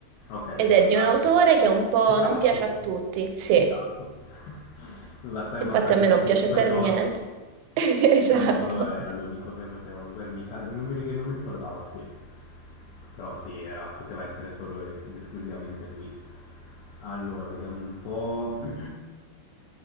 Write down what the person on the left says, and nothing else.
Ok,
allora
è
Picasso.
Picasso. <laughs> Basta,
basta che
mi
dice
spagnolo.
Spagnolo era l'unico che poteva, Guernica, non mi, ri- non mi ricordavo, sì, però sì, era- poteva essere solo e- ed esclusivamente lui. Allora, vediamo un po'. <clears throat>